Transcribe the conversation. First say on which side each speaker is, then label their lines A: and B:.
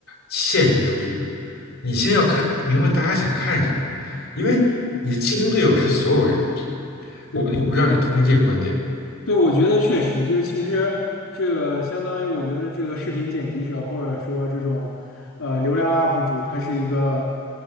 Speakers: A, on the left; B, on the left.
A: 现实主义者。你先要看明白大家想看什么，因为你的竞争对手是所有人。
B: 是的。
A: 我我不知道你同意这个观点吗？
B: 对，我觉得确实就是，其实这个相当于，我觉得这个视频剪辑者或者说这种呃流量 UP 主，他是一个